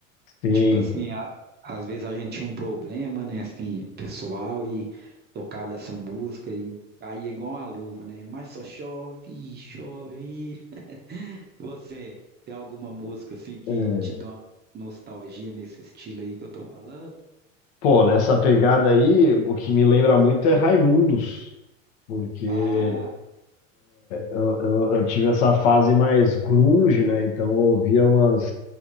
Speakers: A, on the left; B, on the right.
A: sim.
B: Tipo assim, a- às vezes a gente tinha um problema, né, assim, pessoal, e tocava essa música e caía igual uma luva, né? Mas só chove, chove. <laughs> Você tem alguma música assim que
A: é.
B: te dá uma nostalgia nesse estilo aí que eu tô falando?
A: Pô, nessa pegada aí, o que me lembra muito é Raimundos, porque
B: Ah,
A: eu, eu- eu tive essa fase mais grunge, né? Então eu ouvia umas,